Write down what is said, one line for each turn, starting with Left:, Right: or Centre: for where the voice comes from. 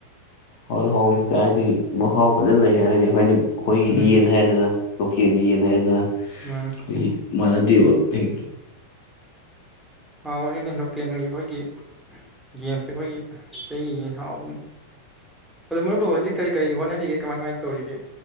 Left: ꯍꯣꯏ ꯍꯥꯎꯋꯦ ꯇꯥꯎ ꯍꯥꯏꯗꯤ ꯃꯍꯥꯎ ꯐꯖꯅ ꯂꯩꯔꯦ ꯍꯥꯏꯗꯤ ꯑꯩꯈꯣꯏꯗꯤ ꯑꯈꯣꯏꯒꯤ
Centre: ꯎꯝ
Left: ꯌꯦꯟ ꯍꯥꯏꯔꯦꯗꯅ꯫ ꯂꯣꯀꯦꯟꯒꯤ ꯌꯦꯟ ꯍꯥꯏꯔꯦꯗꯅ꯫
Centre: ꯃꯥꯅꯦ
Left: ꯈꯣꯏꯒꯤ ꯃꯥꯅꯗ ꯗꯕ ꯐꯩ
Centre: ꯍꯥꯎꯕꯅꯤꯅꯦ ꯂꯣꯀꯦꯟꯒꯤ ꯑꯩꯈꯣꯏꯒꯤ ꯌꯦꯟꯁꯦ ꯑꯩꯈꯣꯏꯒꯤ ꯇꯩꯒꯤ ꯌꯦꯟ ꯍꯥꯎꯕꯅꯤ ꯑꯗꯣ ꯃꯔꯨꯞꯄꯨ ꯍꯧꯖꯤꯛ ꯀꯔꯤ ꯀꯔꯤ ꯍꯣꯠꯅꯔꯤꯒꯦ ꯀꯃꯥꯏ ꯀꯃꯥꯏ ꯇꯧꯔꯤꯒꯦ?